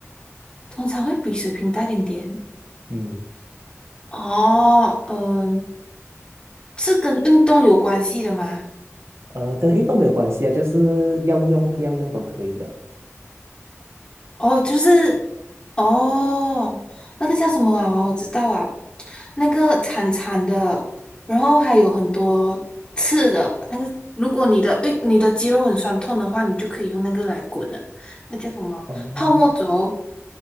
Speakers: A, on the left; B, on the right.
A: 通常会比水平大一点点？
B: 嗯，
A: 哦，嗯、是跟运动有关系的吗？
B: 呃，跟运动没有关系啊，就是要用不要用都可以的。
A: 哦，就是哦，那个叫什么娃娃，我知道啊，那个长长的，然后还有很多刺的。那个，如果你的诶，你的肌肉很酸痛的话，你就可以用那个来滚了。那叫什么？
B: 哦，
A: 泡沫轴